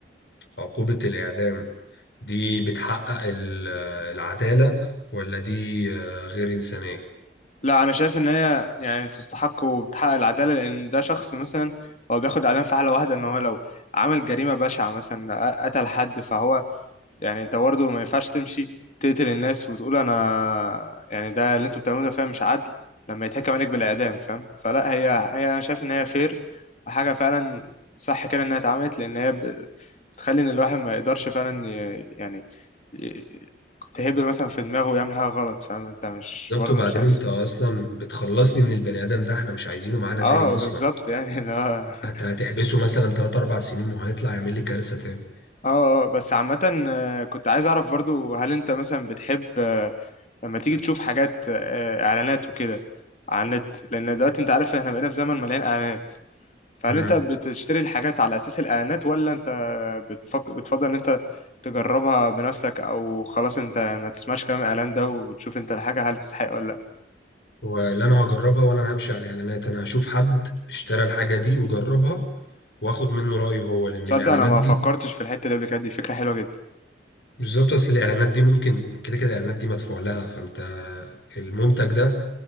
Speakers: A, on the left (about 70°); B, on the left (about 40°).
A: عقوبة الإعدام دي بتحقق ال- العدالة ولا دي غير إنسانية؟
B: لا انا شايف ان هي يعني تستحق وبتحقق العدالة لان ده شخص مثلا هو بياخد اعدام في حالة واحدة ان هو لو عمل جريمة بشعة مثلا قتل حد فهو يعني انت برضه ما ينفعش تمشي تقتل الناس وتقول انا يعني ده اللي انتوا بتعملوه ده فعلا مش عدل لما يتحكم عليك بالاعدام فاهم فلا هي هي انا شايف ان هي فير وحاجه فعلا صح كده انها اتعملت لان هي ب- بتخلي ان الواحد ما يقدرش فعلا ي- يعني ي- تهب مثلا في دماغه ويعمل حاجه غلط فاهم انت مش
A: بالظبط
B: برضه
A: وبعدين
B: مش عايز
A: انت اصلا بتخلصني من البني ادم ده احنا مش عايزينه معانا
B: اه
A: تاني اصلا
B: بالظبط <laughs> يعني
A: يعني
B: اللي هو <laughs>
A: هت- هتحبسه مثلا 3 4 سنين وهيطلع يعمل لي كارثة تاني
B: اه آه، بس عامة آه، كنت عايز اعرف برضو هل انت مثلا بتحب لما تيجي تشوف حاجات آه، اعلانات وكده على النت لان دلوقتي انت عارف احنا بقينا في زمن مليان اعلانات فهل
A: امم
B: انت بتشتري الحاجات على اساس الاعلانات ولا انت بتفك... بتفضل ان انت تجربها بنفسك او خلاص انت ما تسمعش كلام الاعلان ده وتشوف انت الحاجه هل تستحق ولا لا
A: ولا انا هجربها ولا انا همشي على اعلانات انا هشوف حد اشترى الحاجة دي وجربها واخد منه رأيه هو لان
B: تصدق
A: الاعلانات
B: انا ما
A: دي
B: فكرتش في الحته اللي قبل كده دي فكره حلوه جدا
A: بالظبط بس الاعلانات دي ممكن كده كده الاعلانات دي مدفوع لها فانت المنتج ده